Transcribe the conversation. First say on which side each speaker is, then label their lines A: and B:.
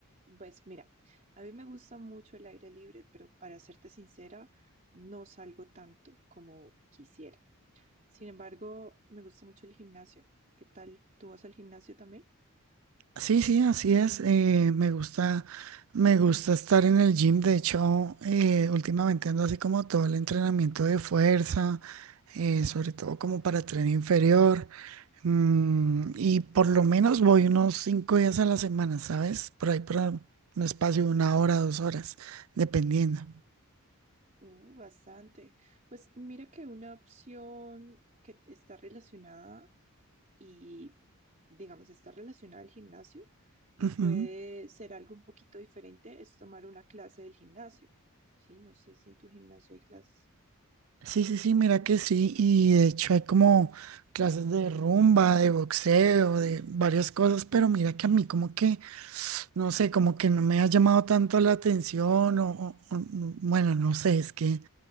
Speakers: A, on the right; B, on the right.
A: pues mira, a mí me gusta mucho el aire libre, pero para serte sincera, no salgo tanto como quisiera. Sin embargo, me gusta mucho el gimnasio. ¿Qué tal? ¿Tú vas al gimnasio también?
B: Sí, sí, así es. eh, me gusta, me gusta estar en el gym. De hecho, eh, últimamente ando así como todo el entrenamiento de fuerza, eh, sobre todo como para tren inferior. mm, y por lo menos voy unos cinco días a la semana, ¿sabes? Por ahí para un espacio de una hora, dos horas, dependiendo.
A: Uh, bastante. Pues mira que una opción que está relacionada y, digamos, está relacionada al gimnasio y
B: Ujú.
A: puede ser algo un poquito diferente, es tomar una clase del gimnasio. Sí, no sé si en tu gimnasio hay clases.
B: Sí, sí, sí, mira que sí, y de hecho hay como clases de rumba, de boxeo, de varias cosas, pero mira que a mí como que no sé, como que no me ha llamado tanto la atención o, o- o no- bueno, no sé, es que